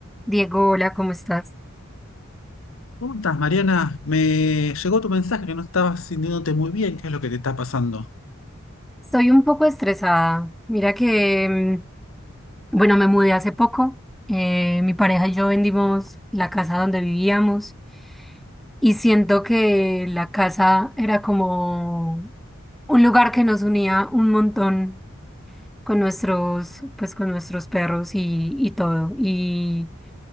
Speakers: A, in the centre; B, on the left.
A: Diego, hola, ¿cómo estás?
B: ¿Cómo estás, Mariana? Me llegó tu mensaje que no estabas sintiéndote muy bien. ¿Qué es lo que te está pasando?
A: Estoy un poco estresada. Mira que, mm, bueno, me mudé hace poco. eh, mi pareja y yo vendimos la casa donde vivíamos y siento que la casa era como un lugar que nos unía un montón con nuestros, pues con nuestros perros y, y todo. Y,